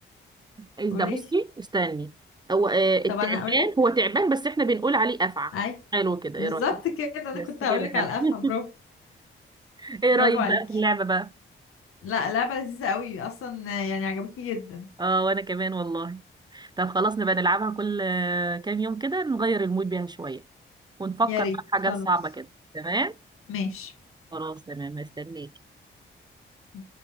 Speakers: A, on the right; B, on the left.
A: ده
B: قوليلي
A: بصي استني هو آه، التعبان
B: طب انا اقولك
A: هو تعبان بس احنا بنقول عليه افعى
B: اي
A: حلو كده
B: بالظبط
A: ايه رايك
B: كده انا
A: بس
B: كنت هقولك
A: كده حلو
B: على الافعى برافو
A: <laughs> ايه
B: برافو
A: رايك
B: عليكي
A: بقى في اللعبه بقى
B: لا لعبة لذيذة قوي اصلا يعني عجبتني جدا
A: اه وانا كمان والله طب خلاص نبقى نلعبها كل آه، كام يوم كده نغير المود بيها شويه ونفكر
B: يا ريت
A: بقى في حاجات
B: خلاص
A: صعبه كده تمام
B: ماشي
A: خلاص تمام استنيك
B: تمام